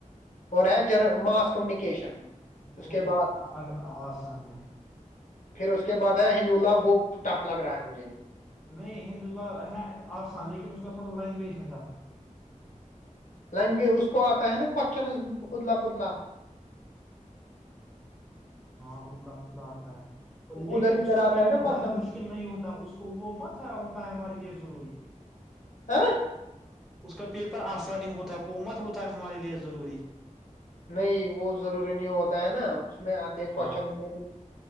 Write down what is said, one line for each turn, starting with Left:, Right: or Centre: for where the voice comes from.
Left: اور ہے ج ماس کمیونیکیشن
Centre: وہ
Left: اس کے
Centre: بھی
Left: بعد
Centre: آسان ہے
Left: پھر اس کے بعد ہے ہند اللہ وہ ٹف لگ رہا ہے مجھے
Centre: نہیں ہند اللہ ہے آسان لیکن اس کا تھوڑا لینگویج ہےتا
Left: لگے اس کو آتا ہے نا کوشچن اتلا پتلا
Centre: ہاں اتلا پتلا آتا ہے
Left: ادھر
Centre: لیکن اس
Left: ادھر
Centre: کا
Left: آتا
Centre: پیپر
Left: ہے نا کوشچن
Centre: زیادہ مشکل نہیں ہوتا ہے اس کو وہ مت ہوتا ہے ہمارے لیے ضروری
Left: ہاں
Centre: اس کا پیپر آسانی ہوتا ہے وہ مت ہوتا ہے ہمارے لیے ضروری
Left: نہیں وہ ضروری نہیں ہوتا ہے نا میں آتے ہیں
Centre: ہاں
Left: کوشچن میں نے